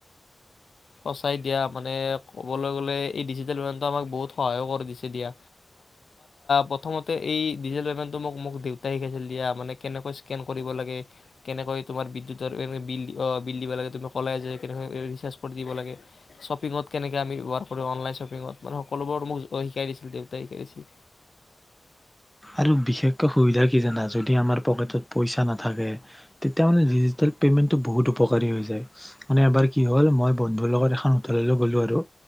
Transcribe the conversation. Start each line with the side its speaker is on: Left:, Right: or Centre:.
Left: সঁচাই দিয়া মানে কবলৈ গলে ডিজিটেল পেমেনতে আমাক বহুত সহায় কৰিছে দিয়া। প্ৰথমতে এই ডিজিটেল পেমেন্তটো মোক দেউতাই শিকাইছিল দিয়া ৰো কেনেকৈ স্কেন কৰিব লাগে কেনেকৈ তোমাৰ বিদ্যুৎ ৰ বিল অ বিল দিব লগে, কেনেকৈ ৰেচাৰ্গ। দিব লাগে শ্বপিঙত কেনেকে আমি ব্যৱহাৰ কৰো, অনলাইন শ্বপিঙত মানে সকলোবোৰ মোক শিকাই দিছিল দেউতাই শিকাই দিছিল
Centre: আৰু বিশেষকৈ সুবিধা কি জানা? যদি আমাৰকেত পইচা নাথাকে, তেতিয়া মানে ডিজিতেল পেমেন্ট বহুত উপকাৰী হৈ যায় য মানে এবাৰ কি হ'ল মই বন্ধুৰ লগত এখন হোটেললে আৰু